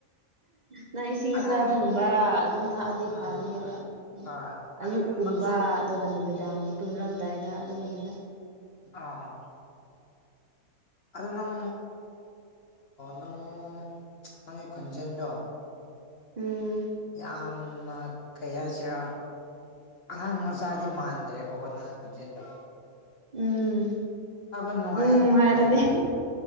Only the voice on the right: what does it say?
ꯅꯪ ꯏꯁꯤꯡ
ꯑꯁꯥꯕꯒꯨꯝꯕ ꯑꯗꯨꯝ ꯊꯥꯛꯑꯗꯤ
ꯐꯅꯦꯕ
ꯑꯌꯨꯛꯀꯨꯝꯕ
ꯑꯗꯨꯒ ꯅꯨꯃꯤꯗꯥꯡ ꯇꯨꯝꯔꯝꯗꯥꯏꯗ ꯑꯗꯨꯒꯨꯝꯕꯗ
ꯎꯝ
ꯎꯝ ꯎꯝ
ꯎꯝ ꯍꯥꯏꯔꯅꯤ